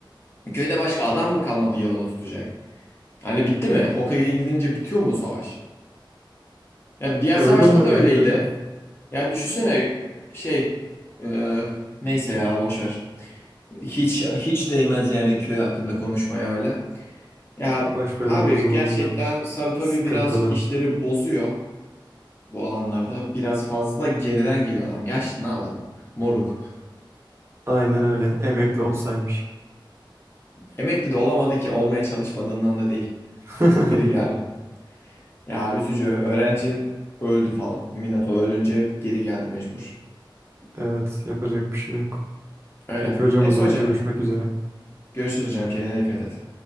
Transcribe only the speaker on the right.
Öyle
oluyor
demek ki hocam.
Baş verelim
o zaman
hocam.
Sıkıntılı.
Aynen öyle. Emekli olsaymış.
<laughs>
Evet, yapacak bir şey yok.
Peki hocam
o zaman
görüşmek üzere.